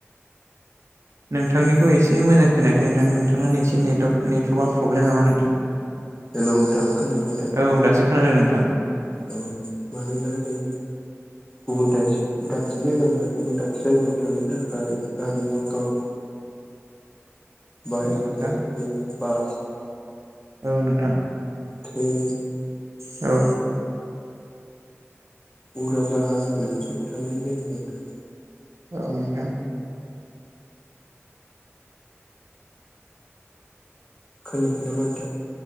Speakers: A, on the right; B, on the left.
A: नोंथांनिखौ एसे मोजां खोनायाखै नोंथां नोंथांनो एसे नेट नेटवर्कआ प्रब्लेम नामा नोंथां?
B: हेलौ नोंथां खोनाबाय दा
A: औ दासो खोनादों नोंथां
B: औ मानोना जों गुबुन दा दाबसे जायगानिानिफ्राय गुबुन दाबसे जायगायाव थांनो थाखाय गारि मटर
A: <inaudible>
B: बाहेर
A: नोंथां
B: जायफोर बास
A: औ नोंथां
B: <unintelligible>
A: औ
B: उरा जाहाज बेफोरजों थांनाय जायो नोंथां
A: अ नोंथां
B: खोनायाखै नामा नोंथां